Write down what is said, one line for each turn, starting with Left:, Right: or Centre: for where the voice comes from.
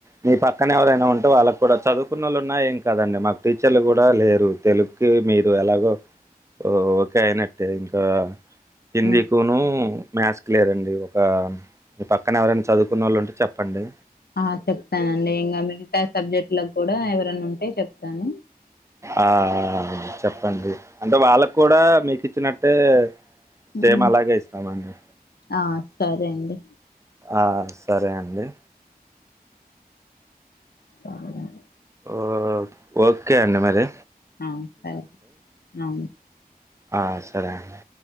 Right: మీ పక్కన ఎవరైన ఉం వాళ్ళకు కూడ చదువుకున్నళ్ళు ఉన్నా ఏం కదండి మాకు టీచర్లు కూడా లేరు తెలుగుకి మీరు ఎలాగో ఓ ఓకే అయినట్టే ఇంకా హిందీకునుూ
Left: ఆ
Right: మ్యాథ్స్కి లేరండి ఒక మీ పక్కన ఎవరైన చదువుకున్న వాళ్ళు ఉంటే చెప్పండి
Left: ఆ చెప్తానండి ఇంకా మిగతా సబ్జెక్ట్ లో కూడ ఎవరైనా ఉంటే చెప్తాను
Right: ఆ చెప్పండి అంటే వాళ్ళకు కూడా మీకు ఇచ్చినట్టే సేమ్
Left: ఉ
Right: అలాగే ఇస్తామండి
Left: ఆ సరే అండి
Right: ఆ సరే అండి
Left: బాలేదం
Right: ఓ ఓకే అండి మరి
Left: అ సరే ఆ
Right: అ సరే అండి